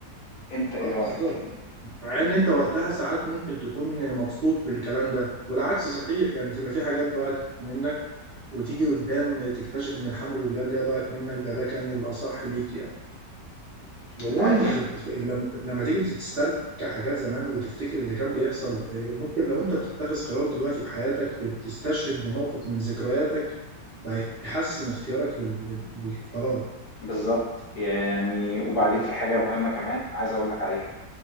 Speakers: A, on the left; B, on the right.
A: أنت إيه
B: اه بالظبط
A: رأيك في دي؟
B: مع إن أنت وقتها ساعات ممكن تكون مبسوط بالكلام ده والعكس صحيح يعني تبقى في حاجات ضاعت منك وتيجي قدام تكتشف ان الحمد لله اللي هي ضاعت منك ده ده كان الاصح ليك يعني وعموما
A: أنت عارف
B: خب...
A: أن
B: لم- لما تيجي تسترجع حاجات زمان وتفتكر اللي كان بيحصل آه، ممكن لو انت بتتخذ قرار دلوقتي في حياتك تستشهد بموقف من ذكرياتك فهيحسن اختيارك لل... لل- للقرار
A: بالضبط، يعني وبعدين في حاجة مهمة كمان عايز أقول لك عليها،